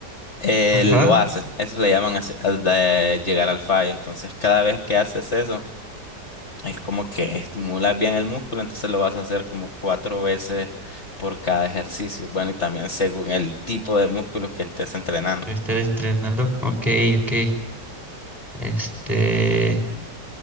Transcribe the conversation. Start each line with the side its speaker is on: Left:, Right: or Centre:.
Left: eh,
Centre: Ajá,
Left: lo haces. Eso le llaman hace- al de llegar al fallo. Entonces cada vez que haces eso, es como que estimulas bien el músculo, entonces lo vas a hacer como cuatro veces por cada ejercicio. Bueno, y también según el tipo de músculos que estés entrenando.
Centre: estar entrenando. Ok, ok. Este...